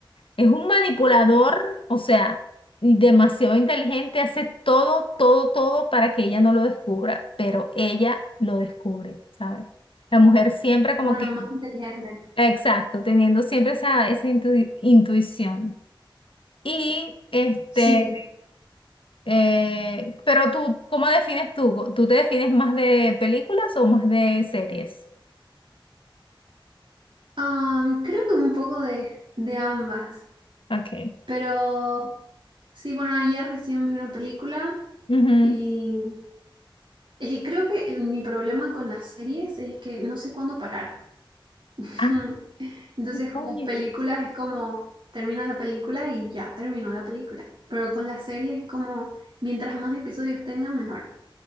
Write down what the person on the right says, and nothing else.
Bueno,
más inteligente.
Sí,
Am, creo que un poco de, de ambas,
pero sí, bueno, ayer recién vi una película
y es que creo que mi problema con las series es que no sé cuándo parar. <laughs>
Entonces con
las películas es como termina la película y ya terminó la película, pero con las series es como mientras más episodios tengan, mejor.